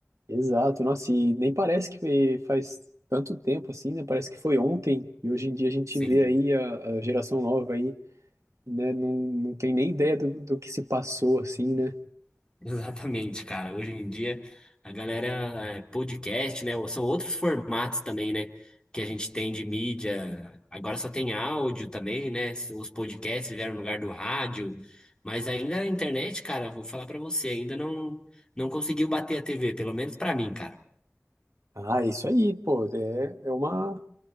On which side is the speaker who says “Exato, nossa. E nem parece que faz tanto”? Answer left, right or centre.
Right